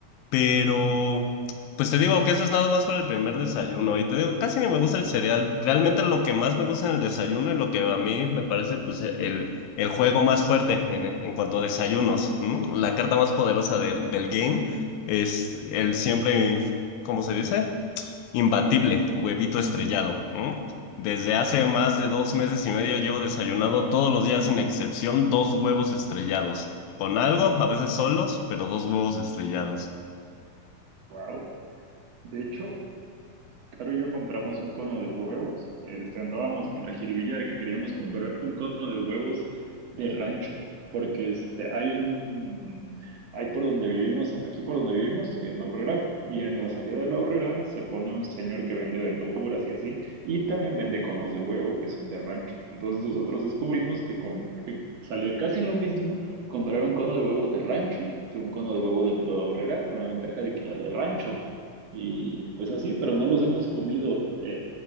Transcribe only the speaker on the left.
Pero, pues te digo que eso es nada más para el primer desayuno. Y te digo, casi ni me gusta el cereal. Realmente lo que más me gusta en el desayuno y lo que a mí me parece, pues, el, el juego más fuerte en, en cuanto a desayunos, ¿m? La carta más poderosa del, del game es el siempre, ¿cómo se dice? Imbatible, huevito estrellado, ¿m? Desde hace más de dos meses y medio llevo desayunado todos los días sin excepción dos huevos estrellados. Con algo, a veces solos, pero dos huevos estrellados.